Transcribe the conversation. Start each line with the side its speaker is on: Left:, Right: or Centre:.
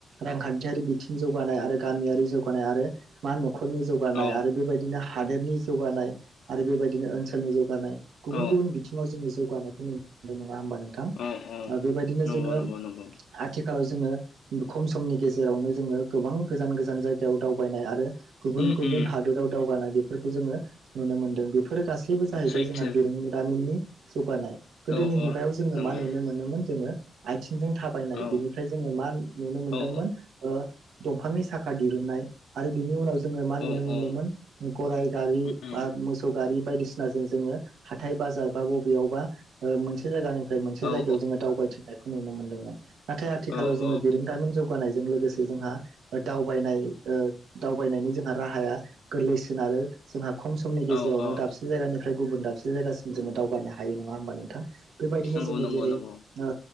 Right: रांखान्थियारि बिथिं जौगानाय आरो गामियारि जौगानाय आरो मानह खरनि जौगानाय
Left: औ
Right: आरो बेबायदिनो हा हादोदनि जौगानाय आरो बेबायदिनो ओनसोलनि जौगानाय। गुबुन
Left: औ
Right: गुबुन बिथिंङाव जोंङो जौगानाय <unintelligible> दा होनोमबा नोंथां
Left: औ औ
Right: ओ बेबायदिनो
Left: नंगौ
Right: जोंङो
Left: नंगौ नंगौ
Right: आथिखालाव जोङो। खम समनि गेजेरावनो जोंङो गोबां गोजान गोजान जायगायाव दावबायनाय आरो। गुबुन
Left: उम
Right: गुबुन
Left: उम
Right: हादोराव दावगानाय बे फोरखौजोंङो नुनो मोनदों बेफ फोर गासैबो जाहैबाय
Left: सैथो
Right: जोंहा बिरोंदामिननि जौगानाय गोदोनि
Left: औ
Right: मुगायाव
Left: औ
Right: जोंङो
Left: नंगौ
Right: मा नुनो मोनोमोन जोंङो। आयथिख जों थाबायनाय
Left: औ
Right: बेनिफ्राय जोंङो मान नुनो मोनदोंमोन
Left: औ
Right: ओ। दंफांनि साखा दिरुननाय आरो बिनि उनावज जोंङो मा नुनो
Left: औ
Right: मोनदोंमोन
Left: औ
Right: उम गराय गारि
Left: उम
Right: बाब मोस सौ गारि बायदिसिना जों जोंङो हाथाय बाजार बा बबेयावबा ओ मोनसे जायगानिफ फ्राय मोनसे
Left: औ
Right: जायगायाव जोंङो दावबायथिंननायख नुनो मोनदोंमोन। नाथाय आथिखालाव
Left: औ औ
Right: जोंङोब बिरोंदामिन जौगानायज जों लोगोसे जोंहा ओ दावबायनाय ओ दावबायनायनि जोंहा राहाया गोरलैसिन आरो जोंहाब खम समनि गेजेरावनो
Left: औ औ
Right: दाबसे जायगानिफ्राय गुबुन दाबसे जो जायगासिम जोंङो दावगानो हायो नंङा होमबा नोंथां। बेबायदिनो
Left: नंगौ
Right: जोंङो
Left: नंगौ
Right: जेरै
Left: नंगौ
Right: ओ